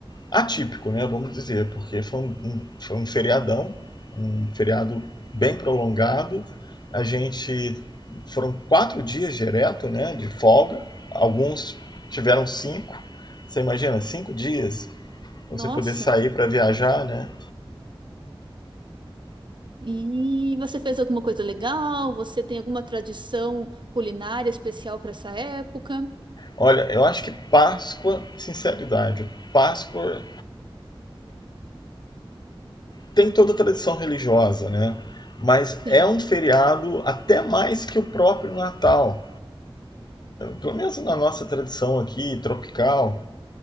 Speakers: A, on the left; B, on the right.
A: atípico, né? Vamos dizer, porque foi um, um- foi um feriadão, um feriado bem prolongado. A gente foram quatro dias direto, né? De folga. Alguns tiveram cinco. Você imagina, cinco dias? Você
B: Nossa,
A: poder sair para viajar, né?
B: e você fez alguma coisa legal? Você tem alguma tradição culinária especial para essa época?
A: Olha, eu acho que Páscoa, sinceridade, Páscoa tem toda a tradição religiosa, né? Mas
B: Sim.
A: é um feriado até mais que o próprio Natal. Pelo menos na nossa tradição aqui, tropical,